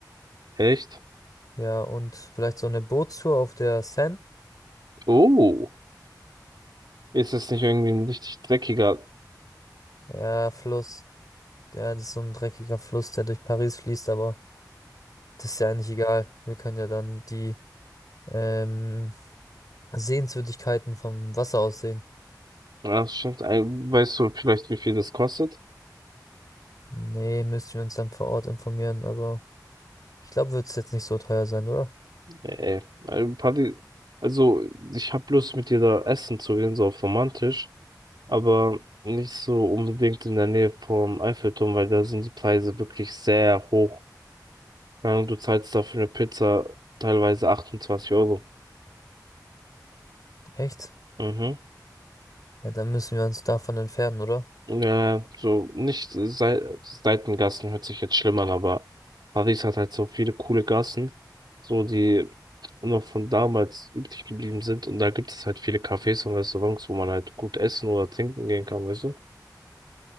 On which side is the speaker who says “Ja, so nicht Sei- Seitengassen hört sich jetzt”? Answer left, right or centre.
Right